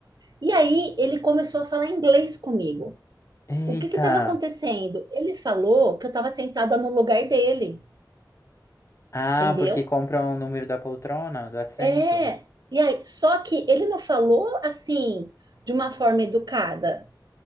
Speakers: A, on the right; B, on the left.
A: E aí ele começou a falar inglês comigo.
B: Eita.
A: O que estava acontecendo? Ele falou que eu estava sentada no lugar dele,
B: Ah,
A: entendeu?
B: porque compram o número da poltrona, do assento.
A: É. E aí, só que ele não falou assim de uma forma educada.